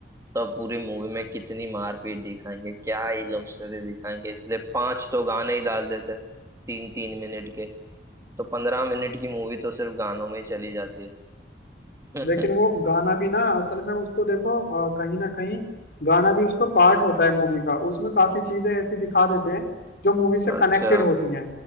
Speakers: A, on the right; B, on the left.
A: तो अब पूरी मूवी में कितनी मारपीट दिखाएंगे क्या ही लव स्टोरी दिखाएंगे इसलिए पांच तो गाने ही डाल देते हैं तीन तीन मिनट के तो पंद्रह मिनट की मूवी तो सिर्फ गानों में ही चली जाती है <laughs>
B: लेकिन वो गाना भी ना असल में उसको देखो अ, कहीं ना कहीं गाना भी उसका पार्ट होता है मूवी का उसमें काफी चीजें ऐसी दिखा देते हैं जो मूवी से
A: अच्छा
B: कनेक्टेड होती हैं